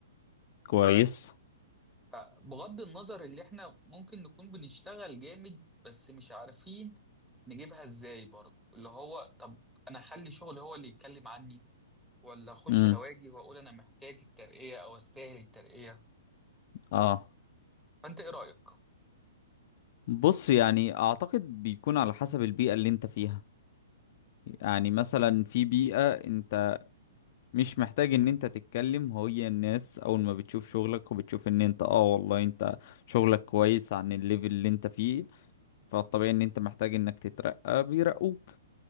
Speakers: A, on the left; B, in the centre.
A: كويس
B: آه بغض النظر اللي إحنا ممكن نكون بنشتغل جامد بس مش عارفين نجيبها إزاي برضه اللي هو طب أنا أخلي شغلي هو اللي يتكلم عني ولا أخش
A: امم
B: أواجه وأقول أنا محتاج الترقية أو أستاهل الترقية
A: اه
B: فأنت إيه رأيك؟
A: بص يعني اعتقد بيكون على حسب البيئة اللي انت فيها يعني مثلا في بيئة انت مش محتاج ان انت تتكلم هي الناس اول ما بتشوف شغلك وبتشوف ان انت اه والله انت شغلك كويس عن الليفل اللي انت فيه فالطبيعي ان انت محتاج انك تترقى بيرقوك